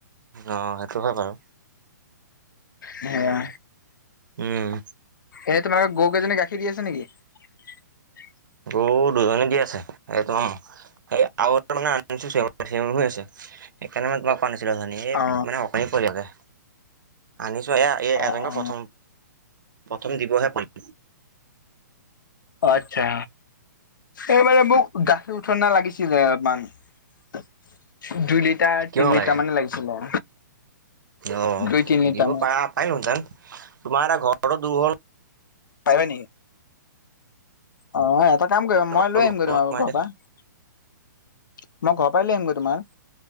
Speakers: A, on the right (about 80°); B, on the left (about 85°).
A: অ, সেইটো হয় বাৰু।
B: সেয়া
A: উম
B: এ তোমালাক গৰু কেইজনী গাখীৰ দি আছে নেকি? <inaudible>
A: অ', দুজনে দি আছে এই। <unintelligible> আৰু এটা মানে <unintelligible> সেইকাৰণে মানে তোমাক <unintelligible> এই
B: অ
A: মানে অকণি পৰি থাকে, আনিছো এ এই
B: অ
A: এজন
B: অ
A: প্ৰথম প্ৰথম দিৱহে পাম।
B: অ' আচ্ছা এইমানে মোক। গাখীৰ উঠ না লাগিছিলে অমান। <inaudible> দুই লিটাৰ
A: কিয়
B: তিনি লিটাৰ
A: লাগে
B: মানে লাগিছিলে।
A: অ
B: দুই তিনি লিটাৰ
A: দিব
B: মান
A: পা পাৰিলোঁ হেঁতেন তোমাৰ এটা ঘৰৰ দুৰঘল।
B: পাৰিবা নি। অহ, এটা কাম কৰিম, মই
A: ঘৰতো
B: লৈ
A: দূৰ
B: আহিম গৈ তোমাৰ
A: হ'ল নহয়
B: ঘৰৰ পৰা। মই ঘৰৰ পৰা উলিয়াই আনিম গৈ তোমাক।